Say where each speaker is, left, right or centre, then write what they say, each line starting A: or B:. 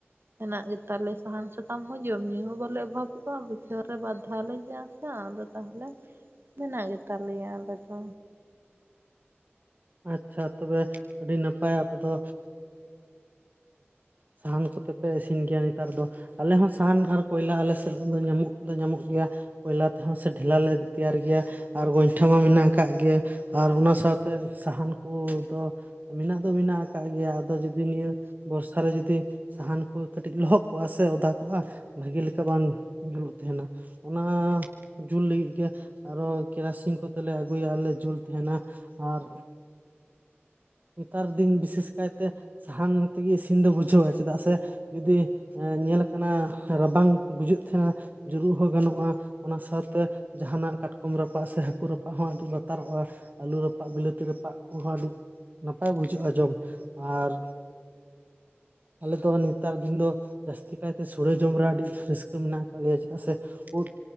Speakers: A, on the right; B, on the right.
A: ᱦᱮᱱᱟᱜ ᱜᱮᱛᱟᱞᱮ ᱥᱟᱦᱟᱱ ᱥᱟᱠᱟᱢ ᱦᱚᱸ ᱡᱚᱢ ᱧᱩ ᱦᱚᱸ ᱵᱟᱞᱮ ᱚᱵᱷᱟᱵᱚᱜᱼᱟ ᱵᱚᱪᱷᱚᱨ ᱨᱮ ᱵᱟᱫᱷᱟᱣ ᱞᱮ ᱪᱟᱥ ᱟᱫᱚ ᱛᱟᱦᱚᱞᱮ ᱢᱮᱱᱟᱜ ᱜᱮᱛᱟᱞᱮᱭᱟ ᱟᱞᱮ ᱫᱚ᱾
B: ᱟᱪᱪᱷᱟ ᱛᱚᱵᱮ ᱟᱹᱰᱤ ᱱᱟᱯᱟᱭ ᱟᱯᱮ ᱫᱚ ᱥᱟᱦᱟᱱ ᱠᱚᱛᱮᱯᱮ ᱤᱥᱤᱱ ᱜᱮᱭᱟ ᱱᱮᱛᱟᱨ ᱫᱚ, ᱟᱞᱮ ᱦᱚᱸ ᱥᱟᱦᱟᱱ ᱟᱨ ᱠᱚᱭᱞᱟ ᱟᱞᱮ ᱥᱮᱫ ᱫᱚ ᱧᱟᱢᱚᱜ ᱫᱚ ᱧᱟᱢᱚᱜ ᱜᱮᱭᱟ, ᱠᱚᱭᱞᱟ ᱛᱮᱦᱚᱸ ᱥᱮ ᱰᱷᱮᱞᱟ ᱞᱮ ᱛᱮᱭᱟᱨ ᱜᱮᱭᱟ, ᱟᱨ ᱜᱚᱭᱴᱷᱟ ᱢᱟ ᱢᱮᱱᱟᱜ ᱟᱠᱟᱫ ᱜᱮ ᱟᱨ ᱚᱱᱟ ᱥᱟᱶᱛᱮ ᱥᱟᱦᱟᱱ ᱠᱚᱫᱚ ᱢᱮᱱᱟᱜ ᱫᱚ ᱢᱮᱱᱟᱜ ᱟᱠᱟᱫ ᱜᱮᱭᱟ ᱟᱫᱚ ᱡᱩᱫᱤ ᱱᱤᱭᱟᱹ ᱵᱚᱨᱥᱟ ᱨᱮ ᱡᱩᱫᱤ ᱥᱟᱦᱟᱱ ᱠᱚ ᱠᱟᱹᱴᱤᱡ ᱞᱚᱦᱚᱜ ᱠᱚᱜ-ᱟ ᱥᱮ ᱚᱫᱟ ᱠᱚᱜᱼᱟ ᱵᱷᱟᱹᱜᱤ ᱞᱮᱠᱟ ᱵᱟᱝ ᱡᱩᱞᱩᱜ ᱛᱟᱦᱮᱱᱟ ᱾ ᱚᱱᱟ ᱡᱩᱞ ᱞᱟᱹᱜᱤᱫ ᱜᱮ ᱟᱨᱚ ᱠᱮᱨᱟᱥᱤᱢ ᱠᱚᱛᱮᱞᱮ ᱟᱹᱜᱩᱭᱟ ᱟᱨᱞᱮ ᱡᱩᱞ ᱛᱟᱦᱮᱟᱸᱱᱟ, ᱟᱨ ᱱᱮᱛᱟᱨ ᱫᱤᱱ ᱵᱤᱥᱮᱥ ᱠᱟᱭᱛᱮ ᱥᱟᱦᱟᱱ ᱛᱮᱜᱮ ᱤᱥᱤᱱ ᱫᱚ ᱵᱩᱡᱷᱟᱹᱣᱟ ᱪᱮᱫᱟᱜ ᱥᱮ ᱡᱩᱫᱤ ᱮᱸ ᱧᱮᱞ ᱠᱟᱱᱟ ᱨᱟᱵᱟᱝ ᱛᱮ ᱵᱩᱡᱩᱜ ᱛᱟᱦᱮᱱᱟ ᱡᱩᱨᱩᱜ ᱦᱚᱸ ᱜᱟᱱᱚᱜᱼᱟ ᱚᱱᱟ ᱥᱟᱶᱛᱮ ᱡᱟᱦᱟᱱᱟᱜ ᱠᱟᱴᱠᱚᱢ ᱨᱟᱯᱟᱜ ᱥᱮ ᱦᱟᱹᱠᱩ ᱨᱟᱯᱟᱜ ᱦᱚᱸ ᱟᱹᱰᱤ ᱵᱟᱛᱟᱨᱚᱜᱼᱟ ᱟᱹᱞᱩ ᱨᱟᱯᱟᱜ ᱵᱤᱞᱟᱹᱛᱤ ᱨᱟᱼᱼ ᱯᱟᱜ ᱠᱚ ᱦᱚᱸ ᱟᱹᱰᱤ ᱱᱟᱯᱟᱭ ᱵᱩᱡᱷᱟᱹᱜᱼᱟ ᱡᱚᱢ ᱟᱨ ᱟᱦᱞᱮ ᱫᱚ ᱱᱮᱛᱟᱨ ᱫᱤᱱ ᱫᱚ ᱡᱟᱹᱥᱛᱤ ᱠᱟᱭᱛᱮ ᱥᱳᱚᱲᱮ ᱡᱚᱢ ᱨᱮ ᱟᱹᱰᱤ ᱨᱟᱹᱥᱠᱟᱹ ᱢᱮᱱᱟᱜ ᱠᱟᱫ ᱞᱮᱭᱟ ᱪᱮᱫᱟᱜ ᱥᱮ ᱩᱫ